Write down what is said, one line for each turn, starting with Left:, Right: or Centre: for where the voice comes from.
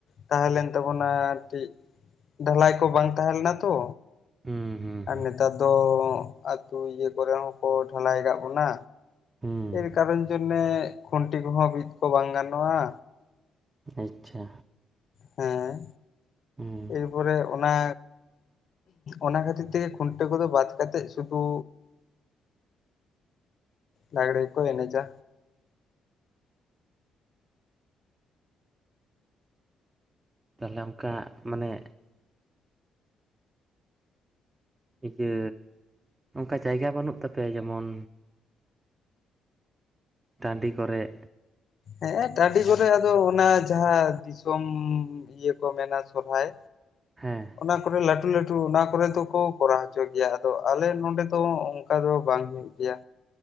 Left: ᱛᱟᱦᱮᱸ ᱞᱮᱱ ᱛᱟᱵᱚᱱᱟ ᱟᱨᱠᱤ ᱰᱷᱟᱞᱟᱭ ᱠᱚ ᱵᱟᱝ ᱛᱟᱦᱮᱸ ᱞᱮᱱᱟ ᱛᱚ
Right: ᱦᱩᱸ ᱦᱩᱸ
Left: ᱟᱨ ᱱᱮᱛᱟᱨ ᱫᱚ ᱟᱹᱛᱩ ᱤᱭᱟᱹ ᱠᱚᱨᱮ ᱦᱚᱸ ᱠᱚ ᱰᱷᱟᱞᱟᱭ ᱠᱟᱜ ᱵᱚᱱᱟ
Right: ᱦᱩᱸ
Left: ᱮᱨ ᱠᱟᱨᱚᱱ ᱡᱚᱱᱱᱮ ᱠᱷᱩᱱᱴᱤ ᱠᱚ ᱦᱚᱸ ᱵᱤᱫ ᱠᱚ ᱵᱟᱝ ᱜᱟᱱᱚᱜᱼᱟ᱾
Right: ᱟᱪᱪᱷᱟ
Left: ᱦᱮᱸ
Right: ᱦᱩᱸ
Left: ᱮᱨᱯᱚᱨᱮ ᱚᱱᱟ ᱚᱱᱟ ᱠᱷᱟᱹᱛᱤᱨ ᱛᱮ ᱜᱮ ᱠᱷᱩᱱᱴᱟᱹᱣ ᱠᱚ ᱫᱚ ᱵᱟᱫ ᱠᱟᱛᱮᱫ ᱥᱩᱫᱩ ᱞᱟᱝᱜᱽᱲᱮ ᱠᱚ ᱮᱱᱮᱡᱟ᱾
Right: ᱛᱟᱦᱚᱞᱮ ᱚᱱᱠᱟ ᱢᱟᱱᱮ ᱤᱭᱟᱹ ᱚᱱᱠᱟ ᱡᱟᱭᱜᱟ ᱵᱟᱹᱱᱩᱜ ᱛᱟᱯᱮᱭᱟ ᱡᱮᱢᱚᱱ ᱴᱟᱺᱰᱤ ᱠᱚᱨᱮᱜ
Left: ᱦᱮᱸ ᱴᱟᱺᱰᱤ ᱠᱚᱨᱮ ᱟᱫᱚ ᱚᱱᱟ ᱡᱟᱦᱟᱸ ᱫᱤᱥᱚᱢ ᱤᱭᱟᱹ ᱠᱚ ᱢᱮᱱᱟ ᱥᱚᱦᱨᱟᱭ
Right: ᱦᱮᱸ᱾
Left: ᱚᱱᱟ ᱠᱚᱨᱮ ᱞᱟᱹᱴᱩ ᱞᱟᱹᱴᱩ ᱚᱱᱟ ᱠᱚᱨᱮ ᱫᱚ ᱠᱚ ᱠᱚᱨᱟᱣ ᱦᱚᱪᱚ ᱜᱮᱭᱟ, ᱟᱫᱚ ᱟᱞᱮ ᱱᱚᱰᱮ ᱫᱚ ᱚᱝ ᱠᱟ ᱫᱚ ᱵᱟᱝ ᱦᱩᱭᱩᱜ ᱜᱮᱭᱟ᱾